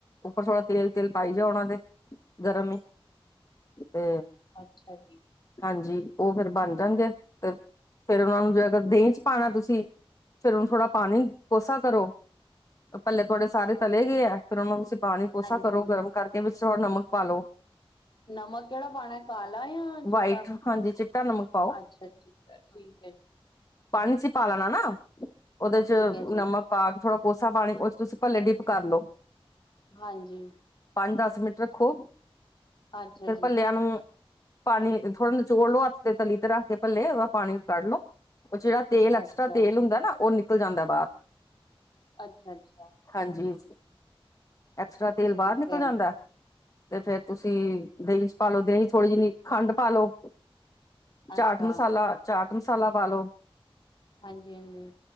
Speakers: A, on the left (about 35°); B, on the left (about 55°).
A: ਉਪਰ ਥੋੜਾ ਤੇਲ-ਤੇਲ ਪਾਈ ਜਾੳ ਉਹਨਾਂ ਦੇ, ਗਰਮ ਈ ਤੇ
B: ਅੱਛਾ ਜੀ।
A: ਹਾਂਜੀ ਉਹ ਫੇਰ ਬਣ ਜਾਣਗੇ ਤੇ ਫੇਰ ਉਹਨਾਂ ਨੂੰ ਜੇ ਅਗਰ ਦਹੀਂ ਚ ਪਾਣਾ ਤੁਸੀਂ ਫੇਰ ਹੁਣ ਥੋੜਾ ਪਾਣੀ ਕੋਸਾ ਕਰੋ ਪੱਲੇ ਤੁਹਾਡੇ ਸਾਰੇ ਤਲੇ ਗਏ ਐ ਫੇਰ ਉਹਨੂੰ ਤੁਸੀਂ ਪਾਣੀ ਕੋਸਾ
B: ਹਾਂਜੀ
A: ਕਰੋ ਗਰਮ ਕਰਕੇ ਵਿੱਚ ਥੋੜ੍ਹਾ ਨਮਕ ਪਾਲੋ
B: ਨਮਕ ਕਿਹੜਾ ਪਾਨਾ ਕਾਲਾ ਜਾਂ ਚਿੱਟਾ
A: ਵਾਈਟ ਹਾਂਜੀ ਚਿੱਟਾ ਨਮਕ ਪਾਓ
B: ਅੱਛਾ ਚਿੱਟਾ ਠੀਕ ਐ ਜੀ
A: ਪਾਨੀ ਚ ਪਾ ਲੈਣਾ ਨਾ ਉਹਦੇ ਚ
B: ਠੀਕ ਹੈ ਜੀ
A: ਨਮਕ ਪਾਕੇ ਥੋੜਾ ਕੋਸਾ ਪਾਣੀ ਉਹ ਚ ਤੁਸੀਂ ਭੱਲੇ ਡਿੱਪ ਕਰ ਲੋ।
B: ਹਾਂਜੀ।
A: ਪੰਜ ਦਸ ਮਿੰਟ ਰੱਖੋ
B: ਅੱਛਾ
A: ਫਿਰ
B: ਜੀ
A: ਭੱਲਿਆਂ ਨੂੰ ਪਾਣੀ ਥੋੜਾ ਨਿਚੋੜ ਲਓ ਹੱਥ ਤੇ ਤਲੀ ਤੇ ਰੱਖ ਕੇ ਭੱਲੇ ਉਹਦਾ ਪਾਣੀ ਕੱਢ ਲਓ, ਉਹ ਜਿਹੜਾ ਤੇਲ ਐਕਸਟਰਾ
B: ਅੱਛਾ
A: ਤੇਲ ਹੁੰਦਾ ਨਾ ਉਹ ਨਿਕਲ ਜਾਂਦਾ ਬਾਹਰ
B: ਅੱਛਾ-ਅੱਛਾ।
A: ਹਾਂਜੀ, ਐਕਸਟਰਾ ਤੇਲ
B: ਠੀਕ
A: ਬਾਹਰ ਨਿਕਲ
B: ਹੈ
A: ਜਾਂਦਾ ਤੇ ਫਿਰ ਤੁਸੀਂ ਦਹੀਂ ਚ ਪਾਲ ਲੋ ਦਹੀਂ ਚ ਥੋੜ੍ਹੀ ਜਿਨੀ ਖੰਡ ਪਾਲ ਲੋ ਚਾਟ
B: ਅੱਛਾ
A: ਮਸਾਲਾ ਚਾਟ ਮਸਾਲਾ ਪਾ ਲੋ।
B: ਹਾਂਜੀ-ਹਾਂਜੀ।